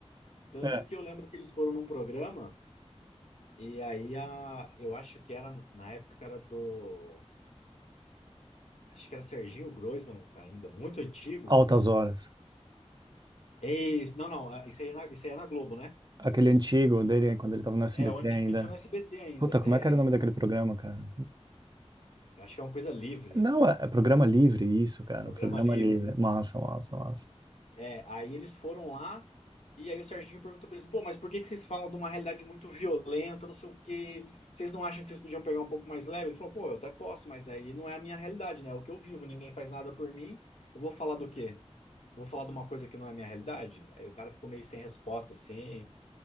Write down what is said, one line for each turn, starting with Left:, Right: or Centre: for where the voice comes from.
Left: Tanto
Right: É.
Left: que eu lembro que eles foram num programa. E aí a, eu acho que era na época era do, acho que era Serginho Groisman ainda, muito antigo.
Right: Altas Horas.
Left: Isso, não, não, ah, isso aí é na, isso aí é na Globo, né?
Right: Aquele antigo dele, quando ele tava no SBT
Left: É, o antigo
Right: ainda.
Left: que ele tinha no SBT ainda.
Right: Puta,
Left: É,
Right: como é que era
Left: e-
Right: o nome daquele programa, cara?
Left: eu acho que é uma coisa livre,
Right: Não, é, é
Left: é um
Right: programa livre, isso, cara.
Left: programa
Right: Programa
Left: livre,
Right: livre.
Left: isso.
Right: Massa, massa, massa.
Left: É, aí eles foram lá e aí o Serginho perguntou pra eles, pô, mas por que que vocês falam de uma realidade muito violenta, não sei o quê? Vocês não acham que vocês podiam pegar um pouco mais leve? Ele falou, pô, eu até posso, mas aí não é a minha realidade, né? É o que eu vivo, ninguém faz nada por mim. Eu vou falar do quê? Vou falar de uma coisa que não é a minha realidade? Aí o cara ficou meio sem resposta, assim,